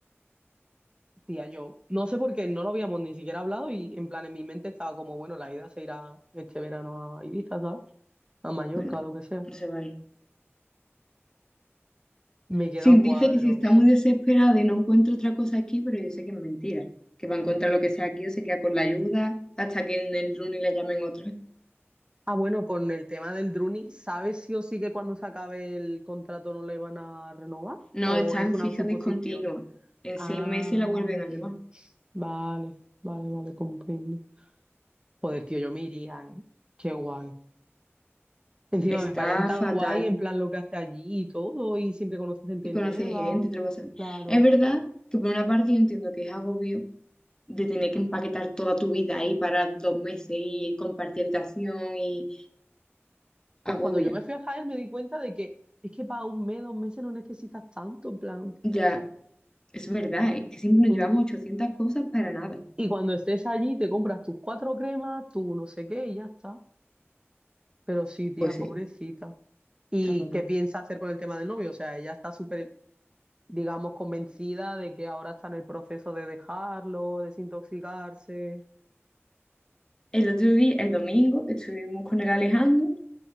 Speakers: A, on the right; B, on the left.
A: Tía, yo no sé por qué no lo habíamos ni siquiera hablado y en plan en mi mente estaba como, bueno, la ida se irá este verano a Ibiza, ¿sabes? A Mallorca,
B: Bueno,
A: lo que sea.
B: no se va a ir.
A: Me quedo
B: Sí,
A: a
B: dice
A: cuadros.
B: que si está muy desesperada y no encuentra otra cosa aquí, pero yo sé que es mentira, que va a encontrar lo que sea aquí o se queda con la ayuda hasta que en el Druni la llamen otra vez.
A: Ah, bueno, con el tema del Druni, ¿sabes sí o sí que cuando se acabe el contrato no le van a renovar?
B: No,
A: ¿O
B: está
A: es
B: en
A: una
B: fija
A: suposición?
B: discontinua. En
A: Ah,
B: seis meses la vuelven a llamar.
A: vale, vale, vale, comprendo. Joder, tío, yo me iría, ¿eh? Qué guay. Encima
B: Está
A: me parece tan
B: fatal.
A: guay en plan lo que hace allí y todo, y siempre conoce gente
B: Y conoce
A: nueva.
B: gente y te lo pasa bien.
A: Claro.
B: Es verdad que por una parte yo entiendo que es agobio de tener que empaquetar toda tu vida ahí para dos meses y compartir habitación y
A: Pues
B: agobia.
A: cuando yo me fui a Jaén me di cuenta de que es que para un mes, dos meses no necesitas tanto, en plan.
B: Ya, es verdad, ¿eh? Que siempre nos
A: mm,
B: llevamos 800 cosas para nada.
A: Y cuando estés allí te compras tus cuatro cremas, tu no sé qué y ya está. Pero sí, tía,
B: Pues
A: pobrecita.
B: sí,
A: ¿Y
B: está fatal.
A: qué piensa hacer con el tema del novio? O sea, ella está súper, digamos, convencida de que ahora está en el proceso de dejarlo, desintoxicarse.
B: El otro día, el domingo, estuvimos con el Alejandro